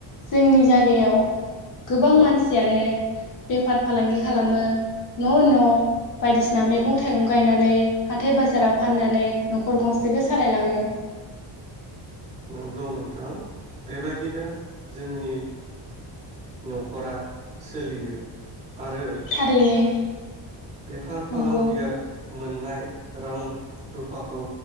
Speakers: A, on the left (about 45°); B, on the right (about 15°).
A: जोंनि जागायाव गोबां मानसियानो बेफार फालांगि खालामो। न' न' बायदिसिना मैगं थाइगं गायनानै हाथाय बाजाराव फाननानै न'खर गंसेखौ सालायलाङो।
B: नंगौ नोंथां बेबायदिनो जोंनि न'खरा सोलियो आरो
A: थारैनो
B: बेफार फालांगिया
A: नंगौ
B: मोननाय रां रुफाखौ